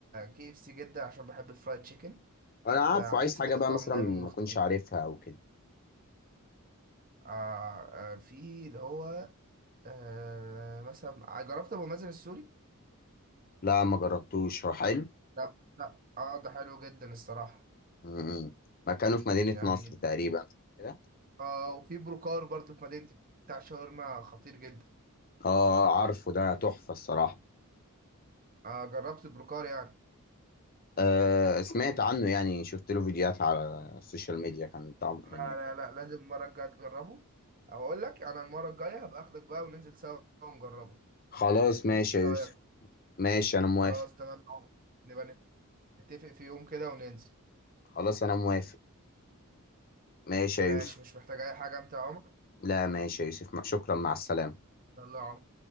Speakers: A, on the right; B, on the left.
A: كي اف سي جدا عشان بحب الفرايد تشيكن
B: انا عارفه
A: بحس
B: عايز حاجه
A: كده
B: بقى
A: طعمه
B: مثلا
A: دايما
B: ما
A: مختلف
B: اكونش عارفها او كده
A: آه آه، في اللي هو آه مثلا جربت ابو مازن السوري
B: لا ما جربتوش هو حلو
A: ده ده اه ده حلو جدا الصراحه
B: م-م. مكانه في مدينه
A: يعني
B: نصر تقريبا كده
A: اه وفي بروكار برضو في مدينتي بتاع شاورما خطير جدا
B: اه عارفه ده تحفه الصراحه
A: آه جربت البروكار يعني
B: آه سمعت عنه يعني شفت له فيديوهات على السوشيال ميديا كان طعم
A: لا
B: يعني
A: لا لا لازم المره الجايه تجربه او اقول لك انا المره الجايه هبقى اخدك بقى وننزل سوا ونجربه
B: خلاص ماشي
A: ايه
B: يا
A: رايك
B: يوسف ماشي انا موافق
A: خلاص تمام يا عمر نبقى نتفق في يوم كده وننزل
B: خلاص انا موافق ماشي
A: ماشي
B: يا يوسف
A: مش محتاج اي حاجه انت يا عمر
B: لا ماشي يا يوسف شكرا مع السلامه
A: يلا يا عمر